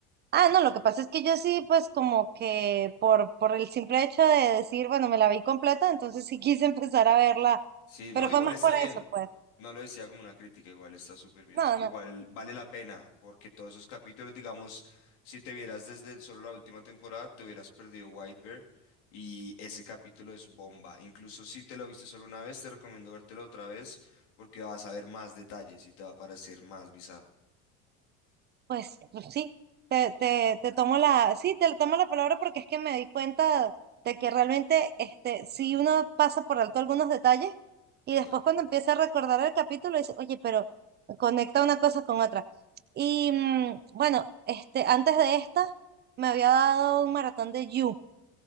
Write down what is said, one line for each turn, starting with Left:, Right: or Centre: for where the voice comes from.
Right: ah, no, lo que pasa es que yo sí, pues como que por, por el simple hecho de decir, bueno, me la vi completa, entonces sí <laughs> quise empezar a verla,
Left: Sí,
Right: pero
Left: no, igual
Right: fue más
Left: está
Right: por
Left: bien.
Right: eso, pues.
Left: No lo decía como una crítica, igual está súper bien.
Right: No,
Left: su- Igual
Right: no.
Left: vale la pena, porque todos esos capítulos, digamos, si te vieras desde solo la última temporada, te hubieras perdido White Bear y ese capítulo es bomba. Incluso si te lo viste solo una vez, te recomiendo vértelo otra vez porque vas a ver más detalles y te va a parecer más bizarro.
Right: Pues pues, sí, te, te, te tomo la, sí, te tomo la palabra porque es que me di cuenta de que realmente este, si uno pasa por alto algunos detalles y
Left: Total.
Right: después cuando empieza a recordar el capítulo dice, oye, pero conecta una cosa con otra. Y mm, bueno, este, antes de esta me había dado un maratón de You,